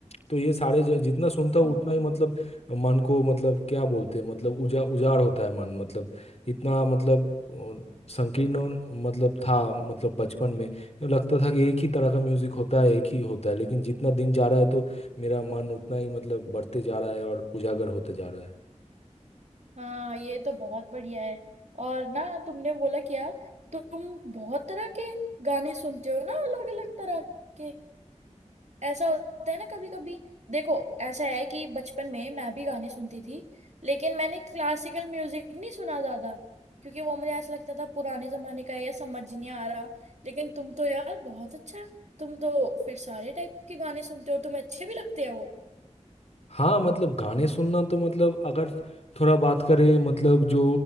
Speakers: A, on the left (about 55°); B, on the right (about 65°).
A: तो ये सारे ज- जितना सुनता हूँ
B: ओहो
A: उतना ही मतलब मन को मतलब क्या बोलते हैं मतलब उजा उजाड़ होता है मन मतलब इतना मतलब अ, संकीर्ण मतलब था मतलब बचपन में लगता था कि एक ही तरह का म्यूजिक होता है एक ही होता है लेकिन जितना दिन जा रहा है तो मेरा मन उतना ही मतलब बढ़ते जा रहा है और उजागर होते जा रहा है
B: हाँ ये तो बहुत बढ़िया है और ना तुमने बोला क्या तुम बहुत तरह के गाने सुनते हो ना अलग अलग तरह के ऐसा होता है ना कभी कभी देखो ऐसा है कि बचपन में मैं भी गाने सुनती थी लेकिन मैंने क्लासिकल म्यूजिक नहीं सुना ज्यादा क्योंकि वो मुझे ऐसा लगता था पुराने जमाने का है या समझ नहीं आ रहा लेकिन तुम तो यार बहुत अच्छा तुम तो फिर सारे टाइप के गाने सुनते हो और तुम्हें अच्छे भी लगते हैं वो
A: हाँ मतलब गाने सुनना तो मतलब अगर थोड़ा बात करें मतलब जो